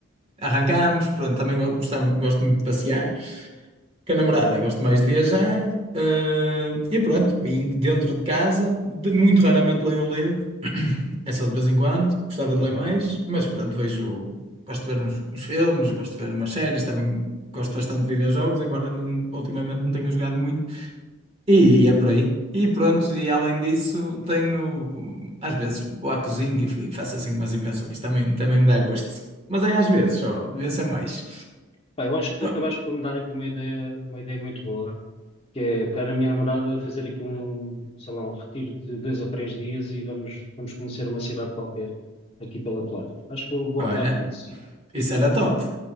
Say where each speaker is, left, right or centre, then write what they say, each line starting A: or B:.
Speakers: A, on the right (about 25°); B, on the left (about 25°).
A: arrancamos, pronto, também go- gostamos, gosto muito de passear. Com a namorada, gosto mais de viajar, eh, e pronto, e dentro de casa, de- muito raramente leio um livro, <clears throat> é só de vez em quando, gostava de
B: Uhum.
A: ler mais, mas pronto, vejo, gosto de ver uns, uns filmes, gosto de ver umas séries, também gosto bastante de videojogos, embora não- ultimamente não tenha jogado muito, e, é por aí. E pronto, e além disso, tenho, às vezes vou à cozinha e fa- e faço assim umas invenções, também, também me dá gosto, mas é às vezes
B: Boa.
A: só, devia ser mais.
B: Pá, eu acho que
A: Pronto,
B: acabaste por me dar aqui uma ideia, uma ideia muito boa. que é pegar na minha namorada, fazer aqui um, sei lá, um retiro de dois ou três dias e vamos, vamos conhecer uma cidade qualquer aqui pela Polónia. Acho que eu vou
A: Olha,
B: optar por isso.
A: isso era top.